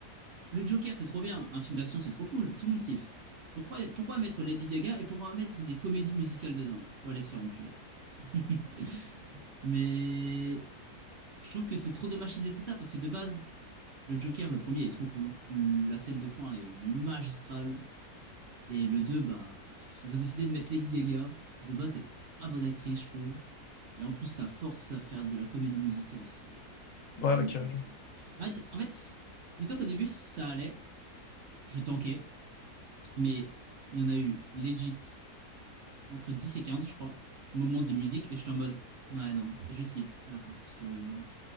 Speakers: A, on the right (about 60°); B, on the left (about 70°).
A: le Joker, c'est trop bien. Un film d'action, c'est trop cool. Tout le monde kiffe. Pourquoi, pourquoi mettre Lady Gaga et pourquoi mettre des comédies musicales dedans? Faut aller se faire enculer. <laughs> Mais je trouve que c'est trop dommage qu'ils aient fait ça parce que de base, le Joker, le premier est trop cool. La scène de fin est magistrale. Et le 2, bah, ils ont décidé de mettre Lady Gaga. De base, elle est pas bonne actrice, je trouve. Et en plus, ça force à faire de la comédie musicale. C'est, oh, c'est
B: Ouais,
A: ennuyeux.
B: ok. ouais, je-
A: En fait, en fait, dis-toi qu'au début, ça allait. Je tanquais. Mais il y en a eu legit entre 10 et 15, je crois, moments de musique. Et j'étais en mode, ouais, non. Et je skip à la fin. Parce que